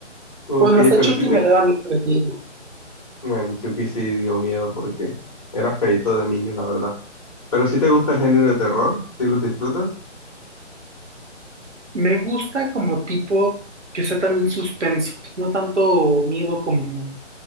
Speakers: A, on the left (about 30°); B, on the right (about 70°).
A: Ok,
B: Bueno, hasta
A: pero
B: Chucky
A: sí te...
B: me daba miedo de niño.
A: Bueno, Chucky sí dio miedo porque era feito de niños, la verdad. Pero sí te gusta el género de terror, sí lo disfrutas.
B: Me gusta como tipo que sea también suspenso. No tanto miedo como,